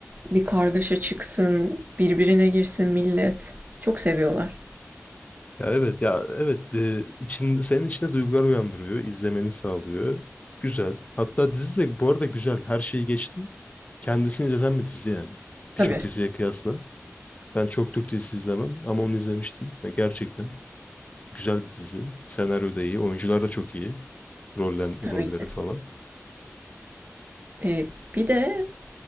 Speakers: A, on the right (about 35°); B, on the left (about 30°).
A: bir kargaşa çıksın, birbirine girsin millet. Çok seviyorlar.
B: Ya evet ya evet e, için senin içinde duygular uyandırıyor, izlemeni sağlıyor. Güzel. Hatta dizi de bu arada güzel. Her şeyi geçtim. Kendisini izleten bir dizi yani.
A: Tabii,
B: Birçok diziye kıyasla. Ben çok Türk dizisi izlemem ama onu izlemiştim. Ya gerçekten. Güzel bir dizi. Senaryo da iyi. Oyuncular da çok iyi. Rollem,
A: tabii
B: rolleri
A: ki.
B: falan.
A: Eee, bir de,